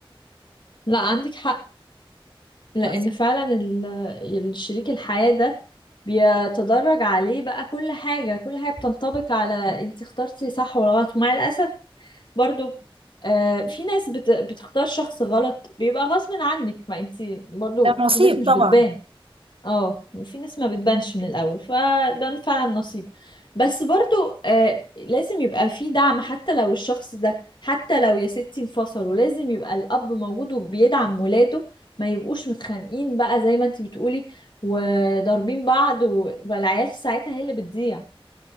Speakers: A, on the left; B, on the right.
A: لا عندك حق لان
B: بس
A: فعلا ال- الشريك الحياة ده بيتدرج عليه بقى كل حاجة كل حاجة بتنطبق على انت اخترتي صح ولا غلط ومع الأسف برضو آه، في ناس بت- بتختار شخص غلط بيبقى غصب عنك ما انت برضو
B: ده نصيب
A: في ناس مش
B: طبعا
A: بتبان اه وفي ناس ما بتبانش من الاول فده فعلا نصيب بس برضو آه لازم يبقى في دعم حتى لو الشخص ده حتى لو يا ستي انفصلوا لازم يبقى الاب موجود وبيدعم ولاده ما يبقوش متخانقين بقى زي ما انت بتقولي وضاربين بعض و- والعيال في ساعتها هي اللي بتضيع